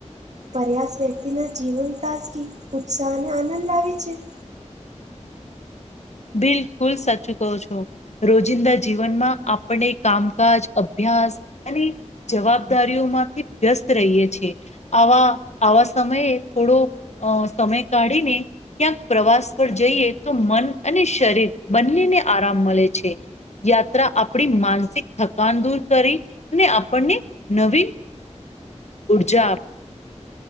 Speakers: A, on the right; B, on the left.
A: પર્યાસ વ્યક્તિના જીવન તાસકી ઉત્સાહ અને આનંદ આવે છે.
B: બિલકુલ સાચું કો છો. રોજિંદા જીવનમાં આપણે કામકાજ અભ્યાસ અને જવાબદારીઓ માંથી વ્યસ્ત રહીએ છીએ આવા આવા સમયે થોડો અ સમય કાઢીને ક્યાંક પ્રવાસ પર જઈએ તો મન અને શરીર બંનેને આરામ મળે છે. યાત્રા આપણી માનસિક થકાન દૂર કરી ને આપણને નવી ઉર્જા